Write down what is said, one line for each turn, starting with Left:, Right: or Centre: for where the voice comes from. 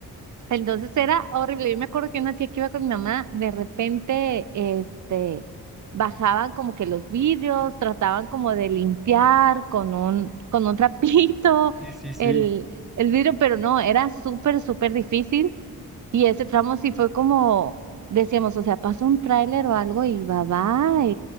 Right: Entonces era horrible. Yo me acuerdo que una tía que iba con mi mamá, de repente, este, bajaban como que los vidrios, trataban como de limpiar con un, con un trapito
Centre: Sí,
Right: <laughs>
Centre: sí, sí.
Right: el, el vidrio, pero no, era súper, súper difícil. Y ese tramo sí fue como, decíamos, o sea, pasa un tráiler o algo y va, va.